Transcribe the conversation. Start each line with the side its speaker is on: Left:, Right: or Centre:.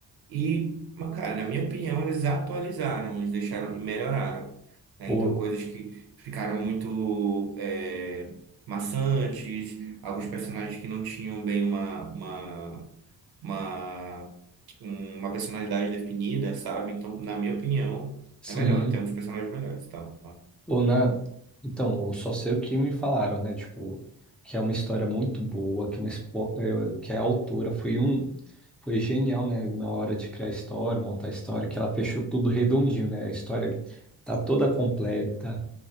Right: e, mas, cara, na minha opinião, eles atualizaram, eles deixaram e melhoraram, né?
Centre: Ou
Right: Então coisas que ficaram muito é, maçantes, alguns personagens que não tinham bem uma uma Uma, uma personalidade definida, sabe? Então, na minha opinião,
Centre: sim,
Right: é melhor. Temos personagens melhores, tá?
Centre: ou na então, eu só sei o que me falaram, né? Tipo, que é uma história muito boa, que uma expo- eh, que a autora foi um foi genial, né, na hora de criar a história, montar a história, que ela fechou tudo redondinho, né? A história tá toda completa,